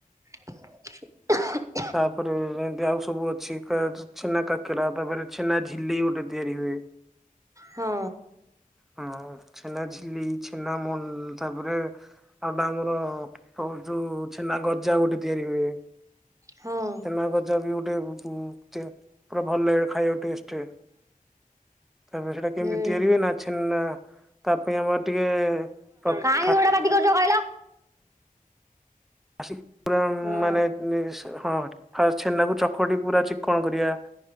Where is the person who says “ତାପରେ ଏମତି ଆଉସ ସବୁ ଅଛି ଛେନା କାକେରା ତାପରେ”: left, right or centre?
Centre